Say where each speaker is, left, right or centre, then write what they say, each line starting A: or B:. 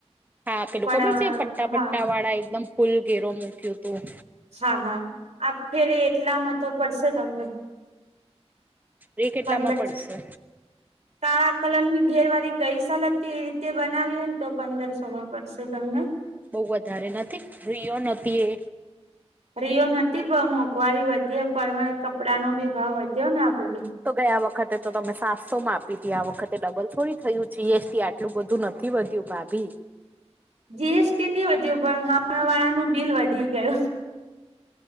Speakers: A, on the right (about 15°); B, on the right (about 85°).
A: હા પેલું
B: પણ
A: ખબર છે પટ્ટા પટ્ટા
B: હા
A: વાળા એકદમ ફૂલ ઘેરો મૂક્યું હતું.
B: હા હા આેરે એટલામાં તો પડશે તમને.
A: રે કેટલા
B: પંદર
A: માં પડશે?
B: કાળા કલર ની ઘેર વાળ ગઈસલ હતી એ રીતે બનાવી હોય ને તો પંદરસો માં પડશે તમને.
A: બહુ વધારે નથી રિયો નથી એ.
B: રિયો નથી પણ મોંઘવારી વધી પણ કપડાં ન ભી ભાવ વધ્યો ના પે.
A: તો ગયા વખતે તો તમે સાતસો માં આપી હતી આ વખતે ડબલ થોડી થયું જી એસ ટી એટલું બધું નથી વધ્યું ભાભી.
B: જીએસટી નહી વધ્યું પણ હા વાળાનું બિલ વધી ગયું.